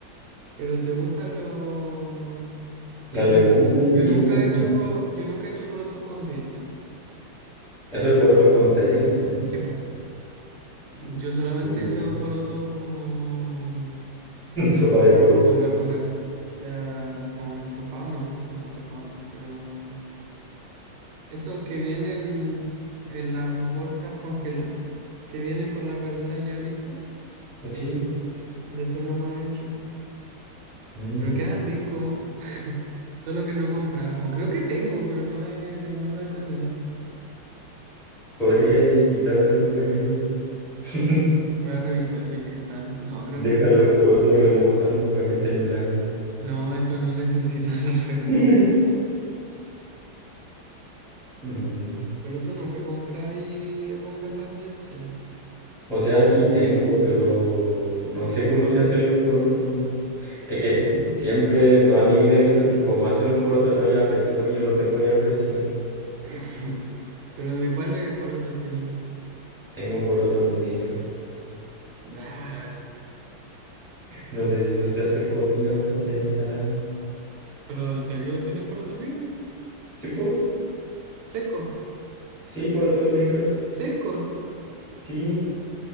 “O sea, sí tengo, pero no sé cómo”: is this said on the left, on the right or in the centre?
Centre